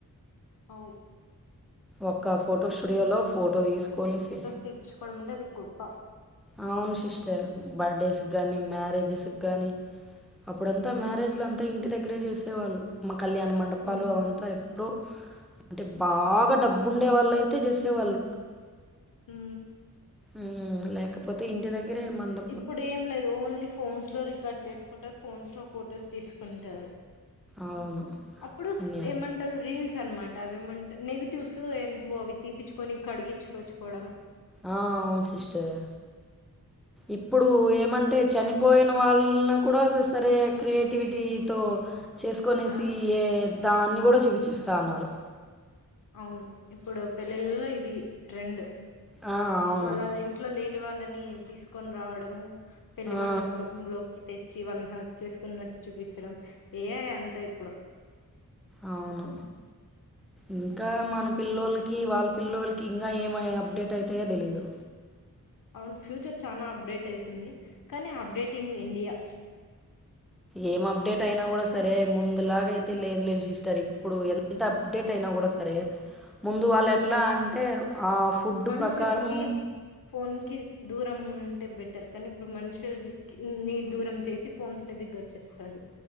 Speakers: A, on the left; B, in the centre.
A: అవ్
B: ఒక్క ఫోటో స్టూడియోలో ఫోటో తీసుకొనేసి
A: తీప్పించుకోవడం అంటే అది గొప్ప
B: అవును సిస్టర్ బర్డేస్కి గానీ మ్యారేజెస్ గానీ అప్పుడంతా
A: ఉమ్
B: మ్యారేజ్ల అంతా ఇంటి దగ్గరే చేసేవాళ్ళు మా కల్యాణ మండపాలు
A: ఉమ్
B: అవంతా ఎప్పుడో అంటే బాగా డబ్బు ఉండేవాళ్ళు అయితే చేసేవాళ్ళు
A: మ్
B: మ్ లేకపోతే ఇంటి దగ్గర ఇరే మందం
A: ఇప్పుడు ఏం లేదు ఓన్లీ ఫోన్స్ లో రికార్డ్ చేసుకుంటారు ఫోన్స్ లో ఫొటోస్ తీసుకుంటారు
B: అవును
A: అప్పుడు
B: ఇంకే
A: ఏమం రీల్స్ అనమాట అవి ఏమంటారు నెగిటివ్స్ం నెవో అవి తీపించుకొని కడిగించుకోచ్చుకోవడం
B: ఆ అవును సిస్టర్ ఇప్పుడు ఏమంటే చనిపోయిన వాళ్ళని గూడా సరే క్రియేటివిటీతో చేసుకునేసి
A: ఆ
B: ఏ దాన్ని గూడా చూపించేస్తా అన్నారు
A: అవును ఇప్పుడు పెళ్లిల్లో ఇది ట్రెండ్
B: ఆ, అవును
A: వాళ్ళ అదే ఇంట్లో లేని వాళ్ళని తీసుకొని రావడ పెళ్లి
B: ఆ,
A: మండపంలో కి తెచ్చి వాళ్ళని హగ్ చేసుకున్నట్టు చూపించడం ఏ ఐ అంతా ఇప్పుడు
B: అవును ఇంకా మన పిల్లోలోకి వాళ్ళ పిల్లలకి ఇంగా ఎం ఐ అప్డేట్ అయితాయో తెలీదు
A: అవును ఫ్యూచర్ చానా అప్డేట్ అయితుంది కానీ అప్పడేటింగ్ ఇండియా
B: ఏం అప్డేట్ అయినా గూడా సరే ముందు లాగ అయితే లేదులే సిస్టర్ ఇప్పుడు ఎంత అప్డేట్ అయినా గూడా సరే ముందు వాళ్ళు
A: ఉమ్
B: ఎట్లా అంటే ఆ ఫుడ్
A: మనుషులకి
B: ప్రకారము
A: ఫోన్ కి దూరం ఉంటే బెటర్ కానీ ఇప్పుడు మనుషులు నీ నీ దూరం చేసి ఫోన్స్ నీ దగ్గర చేస్తాది